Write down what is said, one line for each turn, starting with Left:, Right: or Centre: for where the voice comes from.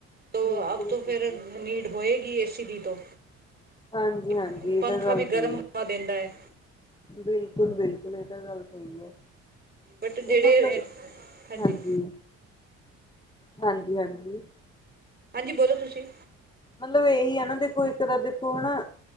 Right: ਤ
Left: ਬਿਲਕੁਲ
Right: ਅਬ ਤੋਂ ਫਿਰ
Left: ਬਿਲਕੁਲ
Right: ਨੀਡ ਹੋਏਗੀ ਏ ਸੀ ਦੀ ਤੋ
Left: ਹਾਂਜੀ
Right: ਕਿਉਕਿ
Left: ਹਾਂਜੀ ਇਹ
Right: ਪੰਖਾ
Left: ਤਾਂ ਗੱਲ
Right: ਵੀ ਗਰਮ
Left: ਸਹੀ
Right: ਹਵਾ
Left: ਹੈ
Right: ਦਿੰਦਾ ਹੈ।
Left: ਬਿਲਕੁਲ -ਬਿਲਕੁਲ ਇਹ ਤਾਂ ਗੱਲ ਸਹੀ ਹੈ।
Right: ਬਟ ਜਿਹੜੇ
Left: ਤੇ ਮਤਲਬ
Right: ਹਾਂਜੀ
Left: ਹਾਂਜੀ ਹਾਂਜੀ- ਹਾਂਜੀ
Right: ਹਾਂਜੀ ਬੋਲੋ ਤੁਸੀ
Left: ਮਤਲਬ ਇਹੀ ਹਨਾ ਦੇਖੋ ਇਕ ਤਾਂ ਦੇਖੋ ਹਨਾ।